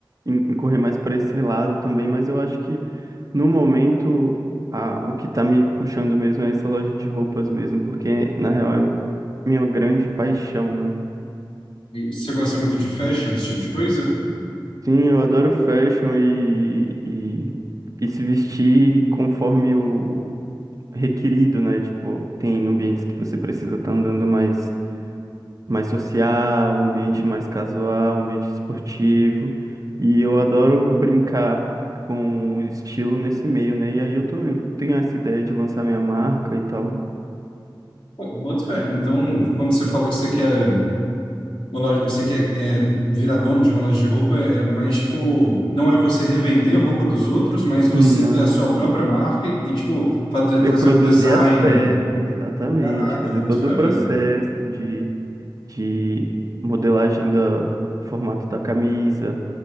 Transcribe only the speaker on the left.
E Você gosta muito de fashion, esse tipo de coisa?
Pô, eu boto fé. Então, quando você fala que você quer uma loja, você quer é, virar dono de uma loja de roupa, é mais tipo, não é você revender roupa dos outros, mas você
ter a sua própria marca e, e, tipo, fa-
fazer
o design.
Caraca,
boto
fé,
velho.